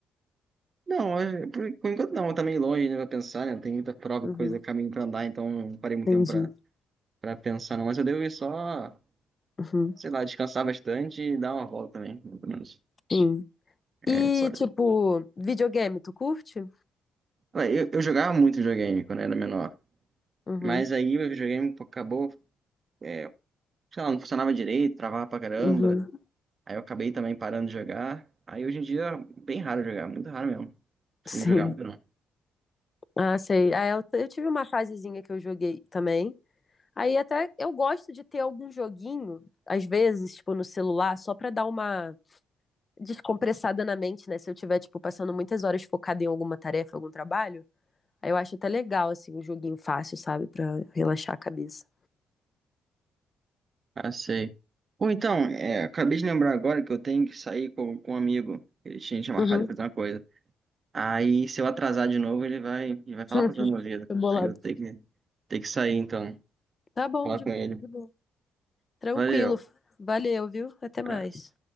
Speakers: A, on the right (about 40°); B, on the left (about 30°).
A: Não, é, por, por enquanto não, tá meio longe, né? Pra pensar, né? Tem muita prova,
B: Uhum,
A: coisa, caminho pra andar, então não parei muito
B: entendi.
A: tempo pra pra pensar, não. Mas eu devo ir só,
B: Uhum,
A: sei lá, descansar bastante e dar uma volta também, pelo menos.
B: sim.
A: É,
B: E,
A: só...
B: tipo, videogame, tu curte?
A: Ué, Eu, eu jogava muito videogame quando era menor.
B: Uhum,
A: Mas aí o videogame pô, acabou, é, sei lá, não funcionava direito, travava pra caramba.
B: uhum,
A: Aí eu acabei também parando de jogar. Aí hoje em dia é bem raro jogar, muito raro mesmo.
B: sim.
A: Não jogar muito não.
B: Ah, sei. Ah, eu, eu tive uma fasezinha que eu joguei também. Aí até eu gosto de ter algum joguinho, às vezes, tipo, no celular, só pra dar uma descompressada na mente, né? Se eu tiver, tipo, passando muitas horas focada em alguma tarefa, algum trabalho. Aí eu acho até legal, assim, um joguinho fácil, sabe? Pra relaxar a cabeça.
A: Ah, sei. Ou então, é, acabei de lembrar agora que eu tenho que sair com, com um amigo. Ele tinha tinha marcado
B: Uhum.
A: de fazer uma coisa. Aí, se eu atrasar de novo, ele vai, ele vai falar
B: <laughs>
A: pra minha vida.
B: Foi bolado.
A: Aí eu tenho que, tenho que sair, então.
B: Tá bom,
A: Falar
B: de
A: com ele.
B: de boa. Tranquilo.
A: Valeu.
B: Valeu, viu? Até
A: Abraço.
B: mais.